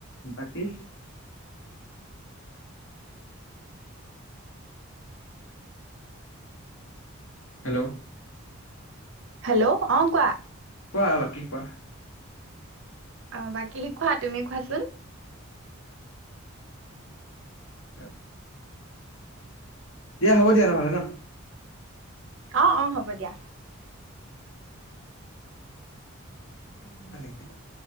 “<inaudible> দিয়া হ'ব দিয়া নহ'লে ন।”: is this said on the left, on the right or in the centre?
Left